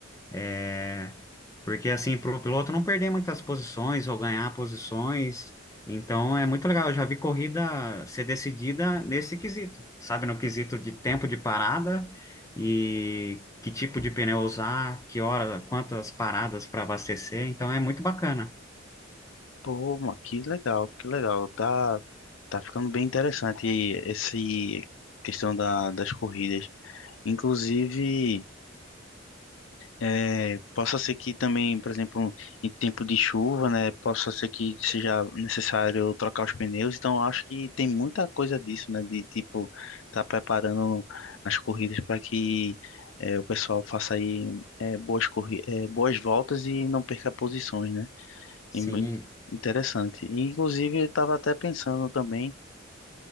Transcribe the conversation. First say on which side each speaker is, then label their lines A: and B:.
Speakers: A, on the left; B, on the left.
A: é, porque assim, para o piloto não perder muitas posições ou ganhar posições. Então é muito legal. Eu já vi corrida ser decidida nesse quesito, sabe? No quesito de tempo de parada e que tipo de pneu usar, que hora, quantas paradas para abastecer. Então é muito bacana.
B: Pô, mano, que legal, que legal. Tá, tá ficando bem interessante esse questão da, das corridas. Inclusive, É, possa ser que também, por exemplo, em tempo de chuva, né, possa ser que seja necessário trocar os pneus. Então, eu acho que tem muita coisa disso, né, de tipo tá preparando as corridas para que é, o pessoal faça aí é, boas corri é, boas voltas e não perca posições, né?
A: Sim.
B: E muito interessante. E, inclusive, eu estava até pensando também,